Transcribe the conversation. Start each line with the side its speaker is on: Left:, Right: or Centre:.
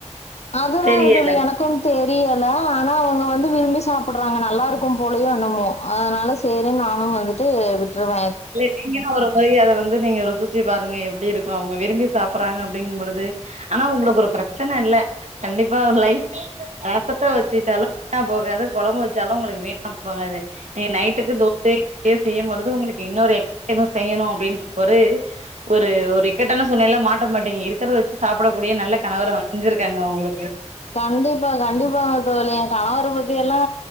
Left: அதுதா
Right: தெரியல
Left: தோழி எனக்கும் தெரியல ஆனா அவங்க வந்து விரும்பி சாப்பட்றாங்க நல்லா இருக்கு போலயோ என்னமோ அதனால சேரி நானு வந்துட்டு விட்ருவ
Right: இல்ல நீங்கன்ன வரும் பொதய அத வந்து நீங்க ருசிச்சு பாருங்க எப்டி இருக்கு அவங்க விரும்பி சாப்பட்றாங்க அப்டிங்பொழுது ஆனா உங்களுக் ஒரு பிரச்சன இல்ல கண்டிப்பா லைப் ரசத்த வச்சிட்டாலு வீணா போகாது கொழம்பு வச்சாலு உங்களுக் வீணா போகாது நைட்டுக்கு தோசயோ இட்லியோ செய்யுபொழுது உங்களுக்கு இன்னொரு எக்டா எதுவு செய்யணுட் ஒரு ஒரு ஒரு இக்கட்டான சூழ்நில மாட்ட மாட்டீங்க இருக்கிறத வச்சி சாப்படக் கூடிய நல்ல கணவர அமஞ்சிருக்காங்க உங்ளுக்கு
Left: கண்டிப்பா கண்டிப்பாங்க தோழி என் கணவர பத்தி எல்லா